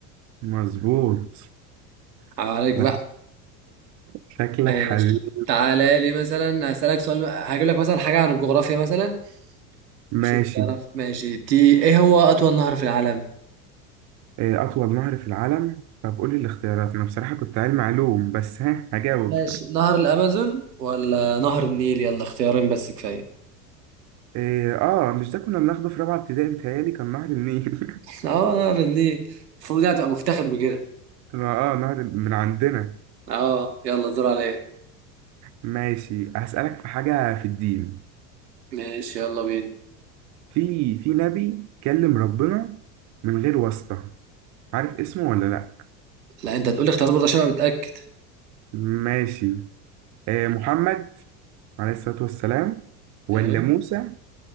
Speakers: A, on the right; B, on the right.
A: مظبوط
B: عليك
A: لا
B: بقى
A: شكلك
B: ماشي
A: حبيبي
B: تعالى لي مثلا هسألك سؤال هجيب لك مثلا حاجة عن الجغرافيا مثلا
A: ماشي
B: أشوف تعرف ماشي تي إيه هو أطول نهر في العالم؟
A: إيه، أطول نهر في العالم طب قولي الاختيارات أنا بصراحة كنت علم علوم بس ها هجاوب
B: ماشي نهر الأمازون ولا نهر النيل يلا اختيارين بس كفاية
A: إيه، آه مش ده كنا بناخده في رابعة ابتدائي بيتهيألي كان نهر النيل
B: <laughs> اه نهر النيل المفروض يعني تبقى مفتخر بكده
A: <laughs> آه نهر من عندنا
B: اه يلا الدور عليا
A: ماشي هسألك في حاجة في الدين
B: ماشي يلا بينا
A: في في نبي كلم ربنا من غير واسطة عارف اسمه ولا لأ
B: لا انت هتقولي اختيارات برضه عشان ابقى متأكد
A: ماشي إيه، محمد عليه الصلاة والسلام
B: تمام
A: ولا موسى